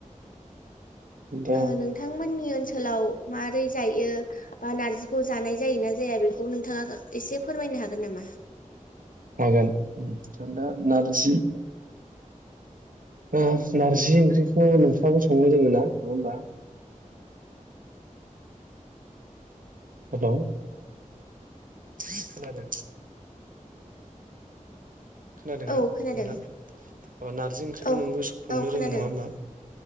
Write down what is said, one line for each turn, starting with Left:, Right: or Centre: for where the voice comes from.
Right: दा
Left: ओ नोंथांमोननि ओन ओनसोलाव मारै जायो बा नारजिखौ जानाय जायो ना जाया बेखौ नोंथाङा एसे फोरमायनो हागोन नामा।
Right: हागोन आं दा नारजि। ओ नारजि ओंख्रिखौ नोंथाङाबो संनो रोङो ना नङा होमबा। हेलौ। <unintelligible> खोनादों। खोनादोंना
Left: औ खोनादों
Right: नोंथां अ नारजि ओंख्रिखौ
Left: औ
Right: नोंबो संनो
Left: औ खोनादों
Right: रोङो नङा होमबा